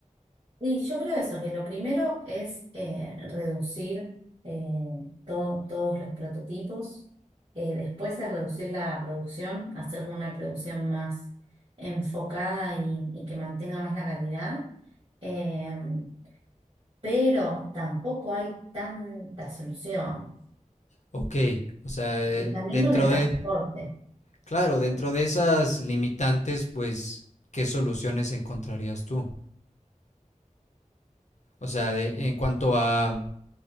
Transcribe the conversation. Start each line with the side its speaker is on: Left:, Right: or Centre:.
Right: Y yo creo eso, que lo primero es eh, reducir eh, todo- todos los prototipos, eh, después es reducir la producción, hacer como una producción más enfocada y, y que mantenga más la calidad. em, pero tampoco hay tanta solución.
Left: Ok, o sea, eh,
Right: Y también
Left: dentro
Right: con el transporte.
Left: de... Claro, dentro de esas limitantes, pues, ¿qué soluciones encontrarías tú? O sea, de- en cuanto a,